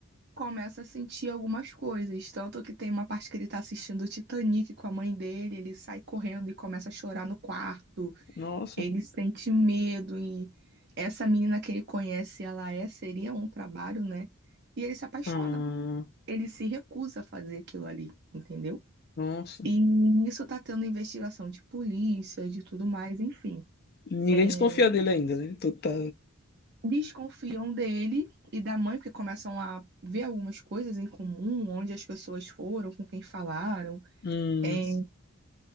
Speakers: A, on the right; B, on the left.
A: Começa a sentir algumas coisas. Tanto que tem uma parte que ele tá assistindo o Titanic com a mãe dele, ele sai correndo e começa a chorar no quarto.
B: Nossa.
A: Ele sente medo e essa menina que ele conhece, ela é, seria um trabalho, né? E ele se apaixona.
B: Ah,
A: Ele se recusa a fazer aquilo ali, entendeu?
B: nossa.
A: E nisso tá tendo investigação de polícia, de tudo mais, enfim.
B: Ninguém
A: É,
B: desconfia dele ainda, né? Tu tá...
A: desconfiam dele e da mãe, porque começam a ver algumas coisas em comum, onde as pessoas foram, com quem falaram,
B: Hum,
A: é,